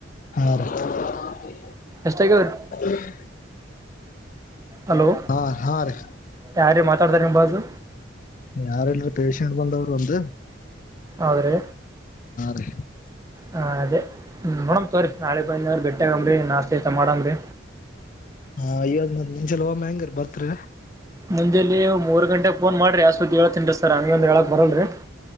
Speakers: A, on the left (about 40°); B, on the right (about 15°).
A: ಹಾ ರೀ
B: ಎಷ್ಟ ಆಗ್ಯಾವ್ರಿ
A: <inaudible>
B: ಹಲೋ.
A: ಹಾ ಹಾ ರೀ.
B: ಯಾರಿ ಮಾತಾಡ್ತಾರ ನಿಮ್ ಬಾಜು.
A: ಯಾರಿಲ್ಲಾ ಪೇಸಂಟ ಬಂದವ್ರು ಒಂದ.
B: ಆದ್ರೆ.
A: ರೀ
B: ಹಾ ಅದೇ ನೋಡಮ್ ತೋರಿ ನಾಳೆ ಬಂದೇ ಅಂದ್ರ ಬೆಟ್ಟಿಗ್ಮರಿ ನಷ್ಟ ಗಿಟ ಮಾಡಮ ರೀ.
A: ಹಾ ಇವಾಗ ಮ್ ಮುಂಜೆಲ್ ಹೋಗಂ ಹೆಂಗಾ ಬರ್ತ್ರಿ.
B: ಮುಂಜೆಲೀ ಮೂರು ಗಂಟೆಗೆ ಫೋನ್ ಮಾಡ್ರಿ ಯಾ ಸುದ್ದಿ ಹೇಳತಿನ್ರಿ ಸರ ಆಂಗ ಅಂದ್ರ ಹೆಲಕ್ ಬರಲ್ರರಿ.